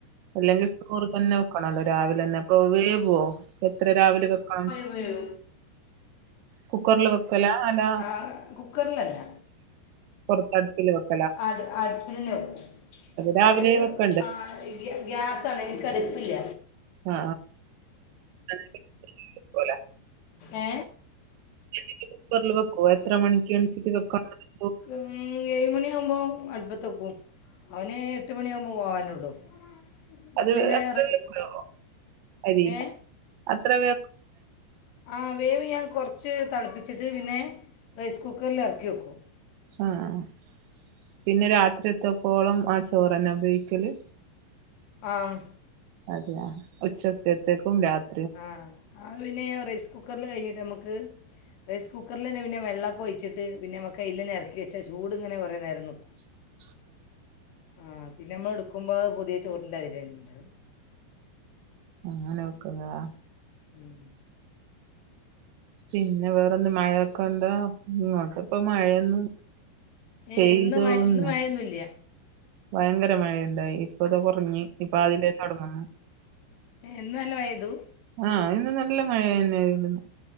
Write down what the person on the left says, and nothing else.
വേയോ
ആ കുക്കറിലല്ല
അടു അടുപ്പിലിന്നാ വെക്കും
അത്
ആ ഗ്യാസാ ണെ എനിക്ക് അടുപ്പില്ല
ഏ
ക്ക് മം ഏഴ് മണിയാമ്പോൾ അടുപ്പത്ത് വക്കും അവന് എട്ട് മണിയാകുമ്പോ പോകാനുള്ളു അപ്പ
പിന്നെ
റെ
ഏ
ആ വേവ് ഞാൻ കുറച്ച് തിളപ്പിച്ചിട്ട് പിന്നെ റൈസ് കുക്കറിൽ ഇറക്കി വയ്ക്കും
ആഹ്
ആഹ് ആ പിന്നെ റൈസ് കുക്കറിൽ കഴിഞ്ഞിട്ട് നമുക്ക് റൈസ് കുക്കറിൽ തന്നെ പിന്നെ വെള്ളൊക്കെ ഒഴിച്ചിട്ട് പിന്നെ നമ്മക്ക് അൽ ഇറക്കി വച്ചാ ചൂട് ഇങ്ങനെ കുറേ നേരം നിക്കും
ആ പിന്നെ നമ്മൾ എടുക്കുമ്പോ പുതിയ ചോറിന്റെ അരി <unintelligible>
ഉം
ഏഹ്
ഇന്ന് ഇന്ന് വയന്നുംല്ല
എന്ന നല്ല വയതു